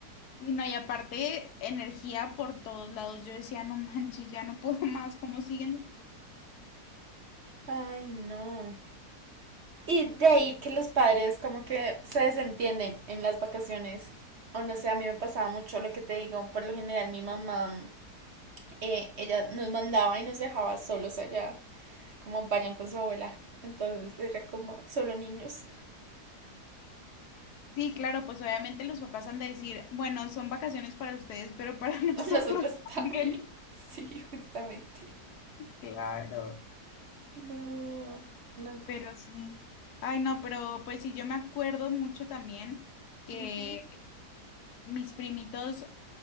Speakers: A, on the left; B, on the right.
A: Y no, y aparte, energía por todos lados. Yo decía, no manches, ya no puedo más, ¿cómo siguen?
B: Ay, no. Y de ahí que los padres como que se desentienden en las vacaciones. O no sé, a mí me pasaba mucho lo que te digo. Por lo general mi mamá, eh, ella nos mandaba y nos dejaba solos allá, como vayan con su abuela. Entonces era como solo niños.
A: Sí, claro, pues obviamente los papás han de decir, bueno, son vacaciones para ustedes, pero para <laughs> nosotros
B: <laughs> Nosotros también.
A: también.
B: Sí, justamente.
A: Claro.
B: No, no.
A: Pero sí. Ay, no, pero pues sí, yo me acuerdo mucho también que
B: ujú.
A: mis primitos